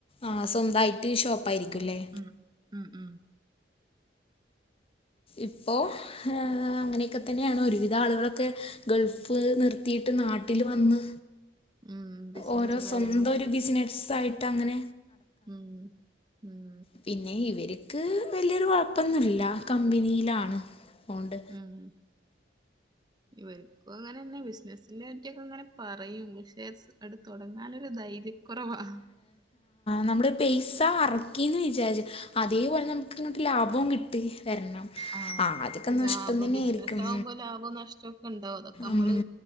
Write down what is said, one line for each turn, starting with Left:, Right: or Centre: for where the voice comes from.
Left: ആഹ് സ്വന്തയിട്ട് ഷോപ്പായിയിരിക്കുംല്ലേ
Right: ഉം ഉം ഉം
Left: ഇപ്പോ ആ അങ്ങനെയൊക്കെ തന്നെയാണ് ഒരുവിധ ആളുകളൊക്കെ ഗൾഫ് നിർ എത്തിട്ട് നാട്ടിൽ വന്ന്
Right: ഉം ബിസിനസും
Left: ഓരോ
Right: കാര്യങ്ങളും
Left: സ്വന്തം ഒരു ബിസിനസയിട്ട് ടങ്ങന
Right: ഉം ഉം
Left: പിന്നെ ഇവർക്ക് വലിയൊരു കുഴപ്പൊന്നുല്ല കമ്പനിയിലാണ് പോണ്ട്
Right: ഉം ഇവർക്കും അങ്ങനെെ ബിസിനസിെ പറ്റിയൊക്കെങ്ങനെ പറയും അടു തുടങ്ങാനൊരു ധൈര്യക്കൊറവാ
Left: നമ്മുടെ പൈസ അറക്കിയന്ന് വിചാരിച്ചു അതേപോലെ നമുക്ക്ങ്ങോട്ട് ലാഭവും കിട്ടി വരണം
Right: ആഹ്
Left: ആ അതൊക്കെ
Right: ലാഭം
Left: നഷ്ടം തന്നെയായിരിക്കും
Right: ബിസിനസകുമ്പോ ലാഭം നഷ്ടംക്കെ ഇണ്ടാവും അതൊക്കെ നമ്മള്
Left: ഉം